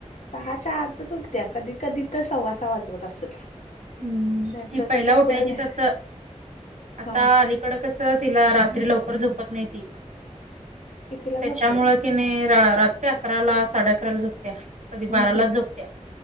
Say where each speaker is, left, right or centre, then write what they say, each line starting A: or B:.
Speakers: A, on the left; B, on the right.
A: सहा च्या आतच उठत्या कधी कधी तर सव्वासा वाजवत असेल.
B: हम्म
A: नाही
B: हे
A: तर
B: पहिला
A: त्याच्या
B: उठायची
A: पुढं नाही.
B: तस आता
A: हा
B: अलीकड कस तिला रात्री लवकर झोपत नाही ती-
A: कितीला
B: त्याच्यामुळे
A: झोपत्यात मग
B: कि नाही रा अकरा ला साडे अकरा ला झोपत्या? कधी
A: हम्म
B: बाराला
A: हम्म.
B: झोपत्या